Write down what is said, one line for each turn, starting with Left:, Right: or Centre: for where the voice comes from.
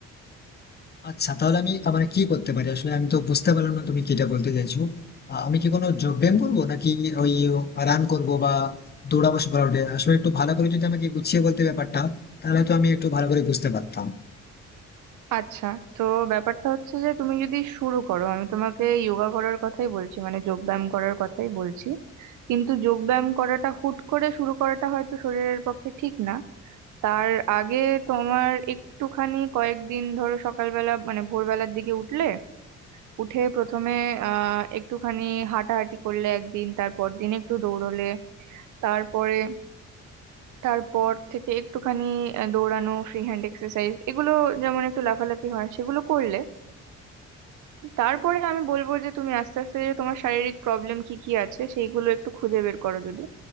Left: আচ্ছা তাহলে আমি আহ, মানে কি করতে পারি আসলে আমি তো বুঝতে পারলাম না তুমি কিটা বলতে চাইছো আহ, আমি কি কোনো যোগ ব্যায়াম করবো নাকি ওই রান করবো বা দৌড়াবো সকালে উঠে? আসলে একটু ভালো করে যদি আমাকে গুছিয়ে বলতে ব্যাপারটা তাহলে তো আমি একটু ভালো করে বুঝতে পারতাম
Right: আচ্ছা তো ব্যাপারটা হচ্ছে যে তুমি যদি শুরু করো আমি তোমাকে যোগা করার কথাই বলছি মানে যোগ ব্যায়াম করার কথাই বলছি কিন্তু যোগ ব্যায়াম করাটা হুট করে শুরু করাটা হয়তো শরীরের পক্ষে ঠিক না তার আগে তোমার একটুখানি কয়েকদিন ধরো সকালবেলা মানে ভোরবেলার দিকে উঠলে উঠে প্রথমে আহ একটুখানি হাঁটাহাঁটি করলে একদিন তারপর দিন একটু দৌড়লে তারপরে তারপর থেকে একটুখানি আহ, দৌড়ানো ফ্রি হ্যান্ড এক্সারসাইজ এগুলো যেমন একটু লাফালাফি হয় সেগুলো করলে তারপরে আমি বলবো যে তুমি আস্তে আস্তে যে তোমার শারীরিক প্রবলেম কি কি আছে সেইগুলো একটু খুঁজে বের করো যদি